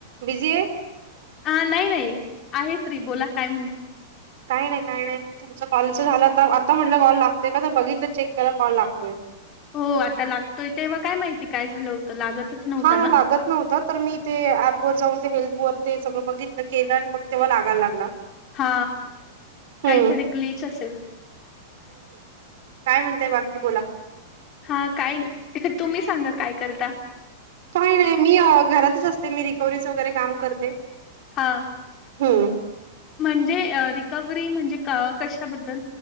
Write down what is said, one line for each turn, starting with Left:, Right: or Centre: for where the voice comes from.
Right: बिझी आहे
Left: हा नाही नाही आहे फ्री बोला काय म्हणत
Right: काही नाही काय नाही तुमच कॉलच झालं तर आता म्हटलं कॉल लागतोय का तर बघितलं चेक केला कॉल लागतोय
Left: हो आता लागतोय तेव्हा काय माहिती काय झालं होतं लागतच नव्हता
Right: हा
Left: ना?
Right: लागत नव्हता तर मी ते पवर जाऊन ते हेल्पवर ते सगळं बघितलं केलं आणि मग तेव्हा लागायला लागला
Left: हा काहीतरी
Right: हम्म
Left: ग्लीच असेल
Right: काय म्हणता बाकी बोला
Left: हा काय तुम्ही सांगा काय करता
Right: काही नाही मी घरातच असते मी रिकवरीच वगैरे काम करते
Left: हा
Right: हम्म
Left: म्हणजे रिकवर्ही म्हणजे कशाबद्दल